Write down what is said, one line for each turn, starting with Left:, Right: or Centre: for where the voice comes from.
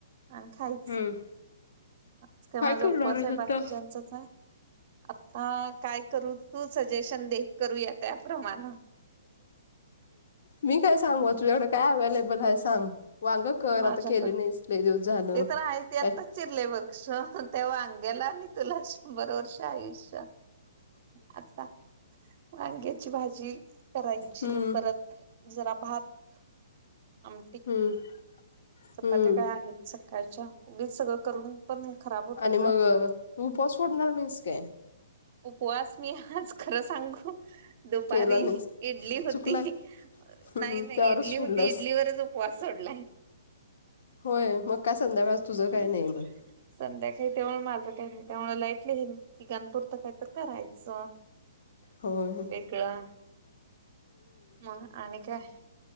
Right: आणि खायचं.
Left: हम्म
Right: आज काय माझा
Left: करणार
Right: उपवास
Left: आहेस
Right: हाय, बाकीच्याचाच
Left: आता?
Right: हाय. आता काय करू? तू सजेशन दे, करूया त्याप्रमाणं.
Left: मी काय सांगू तुझ्याकडं काय अवलेबल आहे सांग. वांग कर
Right: माझ्याकड
Left: आता केली नाहीस लय दिवस झालं.
Right: ते तर आहे ते आताच
Left: काय
Right: चिरले बक्ष ते वांग्याला आणि तेलाचं <unintelligible> आयुष्य, आता वांग्याची भाजी. करायची
Left: हम्म
Right: परत जरा भात आम
Left: हम्म.
Right: चपात्या
Left: हम्म
Right: काय आहेत सकाळच्या उगीच सगळं करून पण खराब होतय
Left: आणि
Right: ग
Left: मग तू उपवास सोडणार नाहीस काय?
Right: उपवास मी आज खरं सांगू दुपारी
Left: केला नाहीस
Right: इडली हुती,
Left: चुकलाय
Right: नाही
Left: हम्म
Right: नाही
Left: त्यावरच
Right: इडली
Left: सोडलास.
Right: हुती इडलीवरच उपवास सोडला आहे.
Left: होय, मग काय संध्याकाळी तुझं काय
Right: हम्म.
Left: नाही मग.
Right: संध्याकाळी त्यामुळ माझं काही नाही, त्यामुळे लाईटली ह तिघांपूर् आता काहीतर करायचं.
Left: होय हम्म.
Right: वेगळं. मग आणि काय